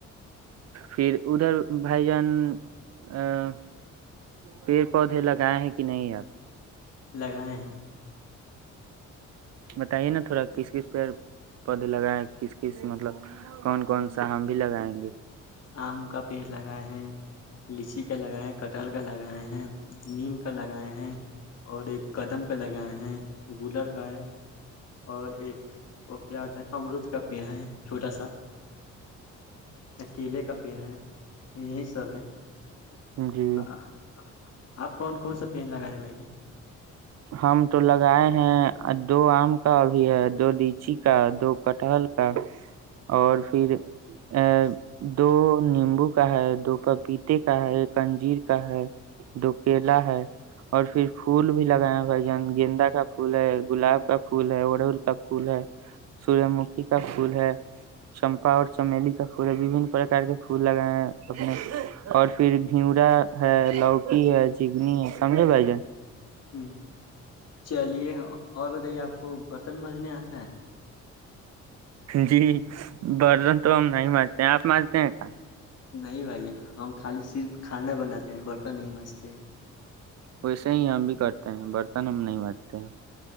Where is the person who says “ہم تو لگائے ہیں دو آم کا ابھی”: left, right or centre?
Right